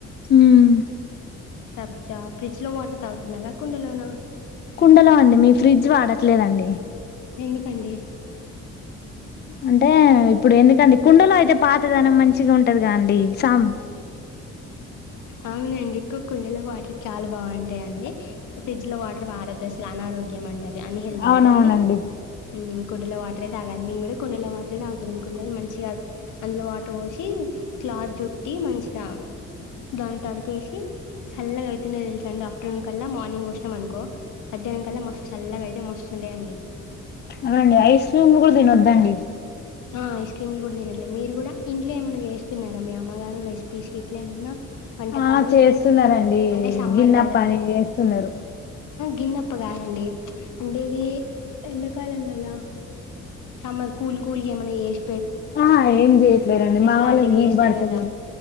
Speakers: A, on the left; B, on the left.
A: హ్మ్మ్
B: సబ్జా ఫ్రిడ్జ్ లో వాటర్ తాగుతున్నారా కుండలోనా
A: కుండలో అండి మీ ఫ్రిడ్జ్ వాడట్లేదండి
B: ఎందుకండి
A: అంటే ఇప్పుడు ఎందుకండి కుండలో అయితే పాతదనం మంచిగా ఉంటదిగా అండి సామ్
B: అవునండి కు కుండెలో వాటర్ చాలా బాగుంటాయిండి ఫ్రిడ్జ్ లో వాటర్ వాడొద్దు అసలు అనారోగ్యం అండి అవి అన్ హెల్దీ
A: అవునవునండి
B: కదండి హు కుండల వాటరే తాగాలి మేము కూడా కుండల లో వాటర్ే యే తాగుతున్నాం కుండను మంచిగా అందులో వాటర్ పోసి క్లాత్ జుట్టి మంచిగా దాన్ని తడిపేసి సల్లగా అయితేండే తెలుసు అండి ఆఫ్టర్నూన్ కల్లా మార్నింగ్ పోసినాం అనుకో మధ్యాహ్నం కల్లా మస్తు చల్లగా అయితే మస్తుండాయండి
A: అవునండి ఐస్ క్రీమ్లు కూడా తినొద్దండి
B: ఆ ఐస్ క్రీమ్లు కూడా తినట్లే మీరు కూడా ఇంట్లో ఏమన్నా చేస్తున్నారా మీ అమ్మగారు రెసిపీస్ ఇట్ల ఏమన్నా వంటకాలు
A: ఆ చేస్తున్నార డి
B: అంటే సమ్మర్
A: గిన్నెప్పని చేస్తున్నారు
B: గిన్నప్ప కాదండి అంటే ఇది ఎండాకాలం కదా సమ్మర్ కూల్ కూల్ గా ఏమన్నా చేస్
A: ఆ ఏం చెయట్లేదండి మా
B: లాంటివి
A: వాళ్ళకి వీలు
B: చేస్తారు
A: పడతలేదు
B: కదా